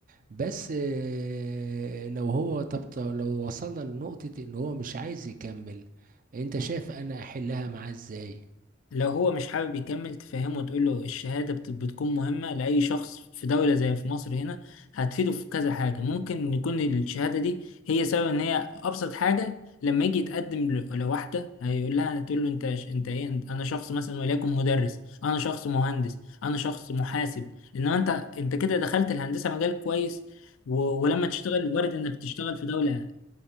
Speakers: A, on the right (about 45°); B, on the left (about 80°).
A: بس آه، لو هو طب طب- لو وصلنا لنقطة ان هو مش عايز يكمل انت شايف انا احلها معاه ازاي
B: لو هو مش حابب يكمل تفهمه وتقول له الشهادة بت- بتكون مهمة لأي شخص في دولة زي في مصر هنا هتفيده في كذا حاجة ممكن يكون الشهادة دي هي سبب إن هي أبسط حاجة لما يجي يتقدم ل- لواحدة هيقول لها هتقول له أنت ش- أنت إيه أنت- أنا شخص مثلا وليكن مدرس أنا شخص مهندس أنا شخص محاسب إنما أنت أنت كده دخلت الهندسة مجال كويس و- ولما تشتغل وارد إنك تشتغل في دولة